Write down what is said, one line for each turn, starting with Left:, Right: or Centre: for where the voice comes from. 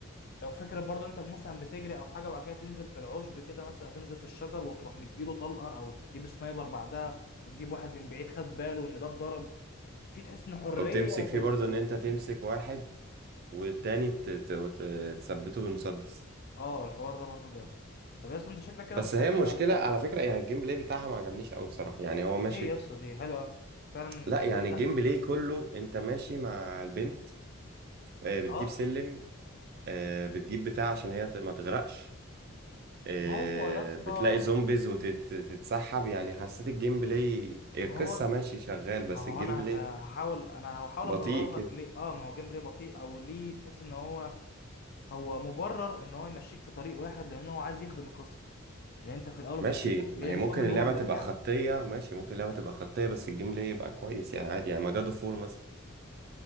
Left: او فكرة برضه انت مثلا بتجري او حاجة وبعد كده تنزل في العشب كده مثلا أو تنزل في الشجر وتروح مديله طلقة او تجيب سنايبر بعدها وتجيب واحد من بعيد خد باله ان ده اتضرب في تحس ان حرية
Right: او تمسك فيه
Left: في
Right: برضه
Left: ال
Right: ان انت تمسك واحد والتاني ت- ت- ت- تثبته بالمسدس
Left: اه الحوار ده برضه جامد طب يا اسطى انت شكلك كده
Right: بس
Left: بتحب
Right: هي المشكلة
Left: الحلقة
Right: على فكرة يعني الجيم بلاي بتاعها ما عجبنيش قوي بصراحة يعني هو ماشي
Left: ليه يا اسطى دي حلوة فعلا
Right: لا
Left: جدا
Right: يعني
Left: سهل
Right: الجيم بلاي كله انت ماشي مع البنت آه، بتجيب
Left: اه
Right: سلم آه، بتجيب بتاع عشان هي ت- ما تغرقش آه،
Left: ما هو يا اسطى
Right: بتلاقي زومبيز وتتسحب يعني حسيت الجيم بلاي القصة
Left: ما هو
Right: ماشي شغال بس
Left: ما هو
Right: الجيم
Left: انا
Right: بلاي
Left: هف- هحاول
Right: ك-
Left: انا هحاول
Right: بطيء
Left: ابرر
Right: كده
Left: لك ليه اه ما هو جيمبلاي بطيء او ليه تحس ان هو هو مبرر ان هو يمشيك في طريق واحد لان هو عايز يخدم القصه لان انت في الاول وفي
Right: ماشي
Left: الاخر هي
Right: ما هي
Left: مش
Right: ممكن
Left: اوبن
Right: اللعبة
Left: وورلد
Right: تبقى
Left: يعني
Right: خطية ماشي ممكن اللعبة تبقى خطية بس الجيم بلاي يبقى كويس يعني عادي يعني ما جادو فور مثلا